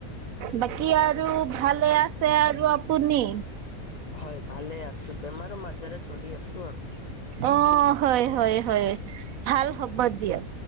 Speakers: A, on the right; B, on the left.
A: বাকী আৰু ভালে আছে আৰু আপুনি
B: হয় ভালে আছো বেমাৰৰ মাজাৰে চলি আছো আৰু
A: অ হয় হয় হয় ভাল হ'ব দিয়ক